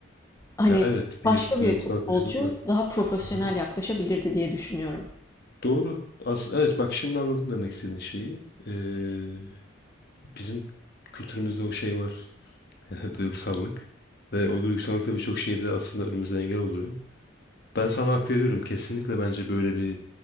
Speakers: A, on the left; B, on the left.
A: Hani
B: Ya evet
A: başka
B: bir duygusal
A: bir futbolcu
B: karşılık var.
A: daha profesyonel
B: Hı hı.
A: yaklaşabilirdi diye düşünüyorum.
B: Doğru. As evet bak şimdi anladım demek istediğin şeyi. Ee, bizim kültürümüzde o şey var. <laughs> Duygusallık. Ve o duygusallık da birçok şeyde aslında önümüze engel oluyor. Ben sana hak veriyorum. Kesinlikle bence böyle bir